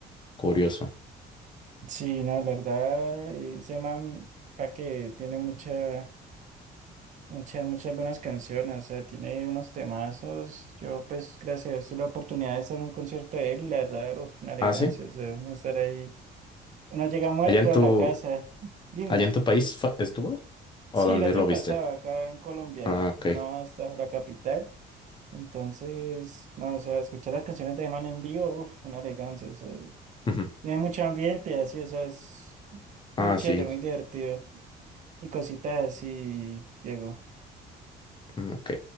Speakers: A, on the left; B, on the right.
A: curioso.
B: Sí, no, la verdad, eh, ese man, pa' que tiene mucha, muchas, muchas buenas canciones, o sea, tiene unos temazos. Yo, pues, gracias a Dios, tuve la oportunidad de estar en un concierto de él y la verdad, uf, una elegancia,
A: Ah, sí.
B: o sea, uno estar ahí. Uno llega muerto
A: ¿Allá en tu,
B: a la casa. Dime.
A: allá en tu país fue- estuvo? ¿O
B: Sí,
A: dónde
B: el año
A: lo
B: pasado
A: viste?
B: acá en Colombia
A: Ah,
B: vino
A: ok.
B: hasta la capital. Entonces, no, o sea, escuchar las canciones de ese man en vivo, uf, una elegancia, o sea,
A: Ujú.
B: tiene mucho ambiente, así, o sea, es
A: Ah,
B: muy chévere,
A: sí,
B: muy divertido. y cositas así, Diego.
A: mm, ok.